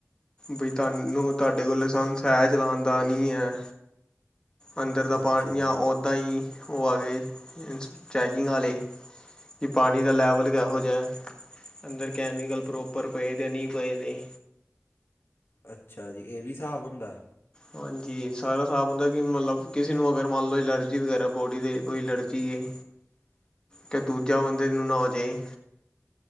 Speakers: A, on the left (about 20°); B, on the left (about 60°).
A: ਬਈ ਤੁਾਨੂੰ, ਤੁਹਾਡੇ ਕੋਲ ਲਸੰਸ ਹੈ ਚਲਾਣ ਦਾ ਨੀ ਐ। ਅੰਦਰ ਦਾ
B: ਅੱਛਾ
A: ਪਾਣੀ, ਯਾ ਓਦਾਂ ਈ ਉਹ ਆ ਗਏ ਚੈਕਿੰਗ ਵਾਲੇ। ਕਿ ਪਾਣੀ ਦਾ ਲੈਵਲ ਕਿਹੋ ਜਿਹਾ, ਅੰਦਰ ਕੈਮੀਕਲ ਪ੍ਰੋਪਰ ਪਏ ਅਤੇ ਨਹੀਂ ਪਏ ਨੇ।
B: ਅੱਛਾ ਜੀ, ਇਹ ਵੀ ਹਿਸਾਬ ਹੁੰਦਾ?
A: ਹਾਂਜੀ, ਸਾਰਾ ਸ੍ਹਾਬ ਹੁੰਦਾ ਕਿ ਮਤਲਬ, ਕਿਸੇ ਨੂੰ ਅਗਰ ਮੰਨ ਲਓ ਇਲਰਜੀ ਵਗੈਰਾ ਬੋਡੀ ਤੇ, ਕੋਈ ਏਲਰਜੀ ਏ।
B: <inaudible>
A: ਕਿ ਦੂਜਾ ਬੰਦੇ ਨੂੰ ਨਾ ਹੋਜੇ।